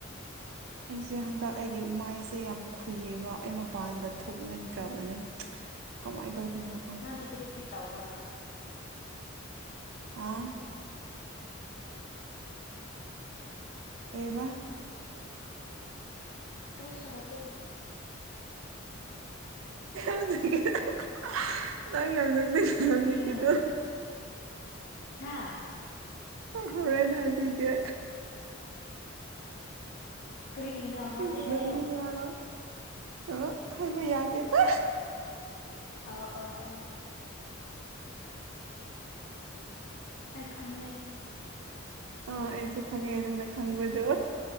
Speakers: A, on the right; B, on the left.
A: ꯑꯩꯁꯦ ꯍꯟꯗꯛ ꯑꯩꯒꯤ ꯃꯥꯏꯁꯦ ꯌꯥꯝ ꯈꯨꯨꯏꯌꯦꯕ ꯑꯩ ꯃꯄꯥꯟꯒ ꯊꯣꯛꯅꯤꯡꯗ꯭ꯔꯥꯕꯅꯦ ꯀꯃꯥꯏ ꯇꯧꯗꯣꯏꯅꯣ
B: ꯅꯪꯗꯤ ꯀꯔꯤ ꯀꯔꯤ ꯇꯧꯕ꯭ꯔꯥ
A: ꯑꯣ
B: <inaudible> <unintelligible>
A: ꯀꯩꯕ
B: ꯀꯔꯤꯁꯨ ꯍꯥꯏꯇꯦ
A: <unintelligible> ꯅꯪ ꯌꯥꯝ <unintelligible> ꯅꯨꯃꯤꯠꯀꯤꯗꯣ
B: ꯀꯔꯤꯅꯣ ꯍꯥ
A: ꯑꯥ ꯍꯣꯔꯦꯟ ꯍꯥꯏꯕꯤꯒꯦ
B: ꯀꯔꯤꯒꯤꯅꯣ ꯍꯧꯖꯤꯛ
A: ꯌꯥꯝ ꯅꯣꯛꯅꯤꯡꯉꯦ
B: ꯍꯥꯏꯌꯣ
A: ꯍꯥꯏꯕ ꯑꯥ ꯍꯥꯏꯕ ꯌꯥꯗꯦꯗ
B: ꯑꯧ ꯑꯧ ꯑꯧ ꯑꯩ ꯈꯪꯉꯦ
A: ꯑꯥ ꯑꯩꯁꯨ ꯈꯪꯉꯦ ꯅꯪꯅ ꯈꯪꯕꯗꯣ